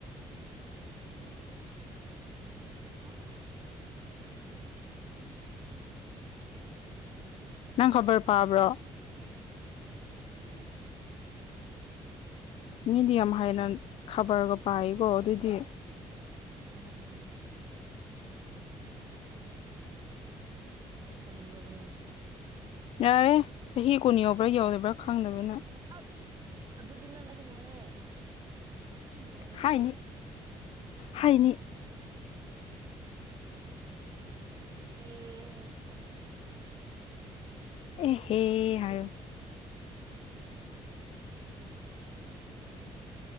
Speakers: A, on the right; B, on the left.
A: ꯊ ꯋꯥꯇ
B: ꯅꯪ ꯈꯕꯔ ꯄꯥꯕ꯭ꯔꯣ
A: ꯎꯝ
B: ꯃꯤꯦꯗꯤꯌꯝ ꯍꯥꯏꯅ ꯈꯕꯔꯒ ꯄꯥꯏꯀꯣ ꯑꯗꯨꯑꯣꯏꯗꯤ
A: ꯑꯅꯦ ꯍꯅꯨꯔꯕꯅꯤꯜ
B: ꯌꯥꯔꯦ ꯆꯍꯤ ꯀꯨꯟ ꯌꯎꯕ꯭ꯔꯥ ꯌꯧꯗꯕ꯭ꯔꯥ ꯈꯪꯗꯕꯅ
A: ꯑꯁ ꯑꯗꯨ ꯑꯗꯨꯗꯤꯅ ꯂꯩꯒꯅꯣꯍꯦ ꯏ ꯃꯣꯁꯤꯗ
B: ꯍꯥꯏꯅꯤ ꯍꯥꯏꯅꯤ
A: ꯎ ꯑꯣ
B: ꯑꯦ ꯍꯦ ꯍꯥꯏ